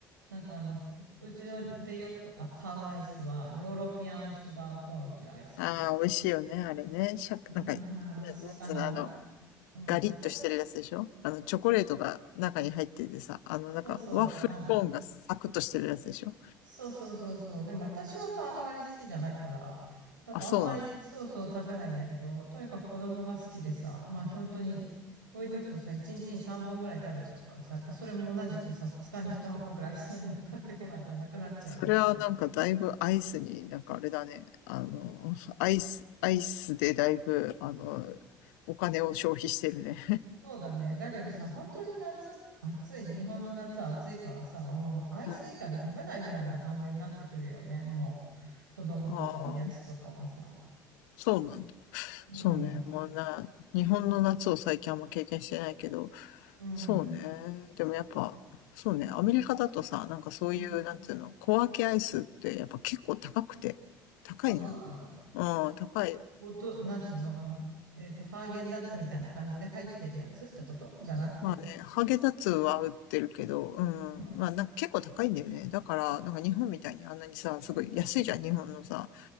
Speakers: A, on the right; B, on the left.
A: なんかあの、うちのでよくあ買うアイスは、ヨーロピアンシュガーコーンっていうアイス買うわ。
B: ああ、美味しいよね、あれね。しゃ、
A: いやー、
B: なんか、なん
A: そうかな。
B: つうの、あの、
A: なんか、うん、
B: ガリッとしてるやつでしょあの、
A: 私、
B: チョコレートが中に入っててさ、あの、
A: そうそう、
B: なんか、ワッフルコーンがサクッとしてるやつでしょ
A: あ、そうそうそうそう。でも私はさ、あんまり好きじゃないから、なんかあんまりそうそう食べないんだけど、
B: あ、そうなんだ。
A: とにかく子供が好きでさ、まあ本当に置いとくとさ、1日に3本ぐらい食べちゃうからさ、やっぱそれも同じくさ、2日に1箱ぐらいさ、<laughs> なんか買ってこないとなくなっちゃうみたいな。
B: それはなんかだいぶアイスに、なんかあれだね、あの、アイス、アイスでだいぶ、あの、お金を消費してるね。
A: そうだね。だけどさ、本当に夏、暑い。日本の夏は暑いからさ、もうアイス以外食べないぐらいな感じになってくるよね。
B: <laughs> うん。あ
A: もう、子供とかおやつとかはさ。
B: あ、そうなんだ。
A: うん。
B: そうね。もうな、日本の夏を最近あんま経験してないけど、
A: うん。
B: そうね。でもやっぱ、そうね。アメリカだとさ、なんかそういう、
A: うん。
B: なんていうの、小分けアイスってやっぱ結構高くて、高いのよ。
A: あ、そうなんだ。
B: うん、高い。
A: ボト、なんつうの、あの、えっと、ハーゲンダッツみたいな感じで入ってるやつってことじゃなくて。
B: まあね、ハーゲンダッツは売ってるけど、うん、
A: うん
B: まあなんか結構高いんだよね。だから、なんか日本みたいにあんなにさ、すごい安いじゃん、日本のさ。